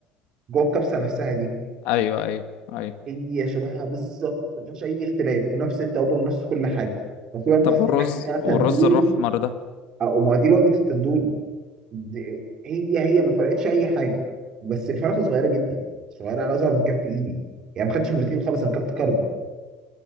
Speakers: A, on the right; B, on the left.
A: جوه الكبسه نفسها دي
B: ايوه ايوه ايوه
A: هي شبهها بالظبط ما فيهاش اي اختلاف ونفس التوابل ونفس كل حاجه وفي واحد
B: طب
A: بس
B: والرز
A: بتاع تندوري
B: والرز الاحمر ده
A: اه وما دي وجبه التندول دي- هي هي ما فرقتش اي حاجه بس الفرخه صغيره جدا صغيره انا اصغر من كف ايدي يعني ما خدتش بروتين خالص انا كنت كارب